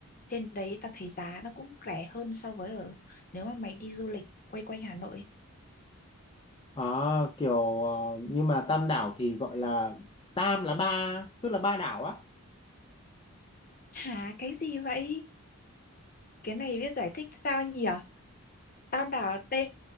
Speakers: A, on the left; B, on the left.
A: Trên đấy tao thấy giá nó cũng rẻ hơn so với ở nếu mà mày đi du lịch quay quanh Hà Nội
B: À, kiểu ờ, nhưng mà Tam Đảo thì gọi là Tam là ba, tức là ba đảo á.
A: Hả, cái gì vậy? Cái này biết giải thích sao nhỉ? Tao đảo tên